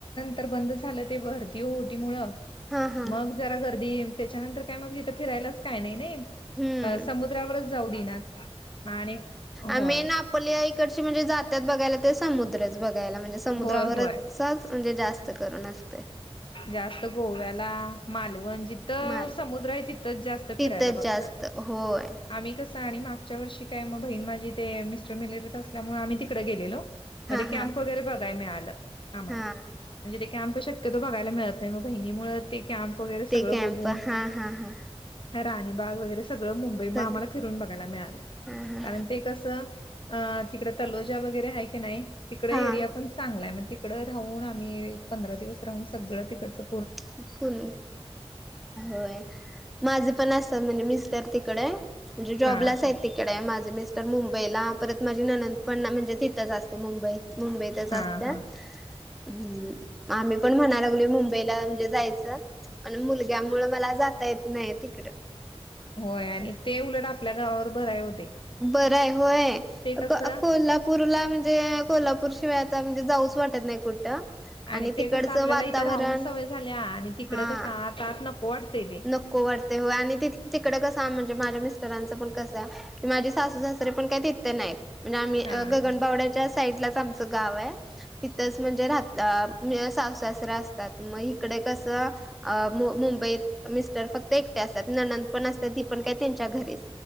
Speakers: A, on the left; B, in the centre.
A: तर बंद झालं ते भरती ओटी मुळं
B: हा हा
A: मग जरा गर्दी त्याच्यानंतर काय मग हे. फिरायलाच काय नाही नाही
B: हम्म
A: अ समुद्रावरच जाऊ देणार आणि होय
B: आम्ही <unintelligible> आपल्या इकडची म्हणजे जात्यात बघायला ते समुद्रच बघायला म्हणजे समुद्रावरच
A: होय होय
B: सहज म्हणजे जास्त करून असतय.
A: जास्त गोव्याला मालवण जिथं तर
B: माल
A: समुद्र आहे तिथंच जास्त
B: तिथंच
A: फिरायला बघतात.
B: जास्त होय
A: आम्ही कसं आणि मागच्या वर्षी काय मग बहीण माझी ते मिस्टर मिलेरत असल्यामुळे आम्ही तिकडे गेलेलो.
B: हा
A: मध्ये कॅम्प
B: हा
A: वगैरे बघाय मिळालं आम्हाला
B: हा
A: म्हणजे ते कॅम्प शक्य बघायला मिळतं <unintelligible> नाही म बहिणी मुळं ते कॅम्प वगैरे सगळं
B: ते कॅम्प
A: बघून
B: हा हा हा
A: हा राणीबाग वगैरे सगळं मुंबई
B: सग
A: मा आम्हाला फिरून बघायला मिळालं
B: हा हा
A: कारण ते कसं? अ तिकडं तलोजा वगैरे आहे की नाही तिकडे
B: हा
A: एरिया पण चांगला आहे मग ते. तिकडं राहून आम्ही एक पंधरा दिवस राहून सगळं तिकडचं.
B: <inaudible> होय माझे पण असतात म्हणजे <unintelligible> मर तिकडे. म्हणजे जॉबला
A: हा
B: च
A: हा
B: हायती. <unintelligible> डे माझी मिस्टर मुंबईला परत माझी ननंदपण म्हणजे तिथंच असते मुंबई मुंबईत. तसं
A: हा
B: अत्या
A: हा
B: हम आम्ही पण म्हणा लागलोय मुंबईला. जायचं आणि मुलग्यामूळ मला जाता येत नाही तिकड.
A: होय आणि ते उलट आपल्या गावावर भराय हो ते.
B: बरं आहे होय अ अकोला
A: कसं
B: कोल्हा पूरला म्हणजे कोल्हापूर शिवाय आता म्हणजे जाऊच वाटत नाही कुठं.
A: आणि ते
B: तिकडचं
A: कसं आपल्याला
B: वातावरण
A: इथं राहून सवय झाल्या आणि तिकड
B: हा
A: कसं आत आत नको वाटते ते.
B: नको वारते हो आणि ति तिकडं कसं म्हणजे माझ्या मिस्टरांचं पण कसं? की माझे सासू सासरे पण काही तेथे नाहीत म्हणजे आम्ही
A: हा
B: गगनबावड्याच्या
A: हा
B: साईड लाच आमचं गाव आहे. तिथंच म्हणजे राहतं सह सासरां असतात मग इकडे कसं. अ मु मुंबईत मिस्टर फक्त एकटे असत्यात ननंद पण असतात ती पण काय त्यांच्या घरीच.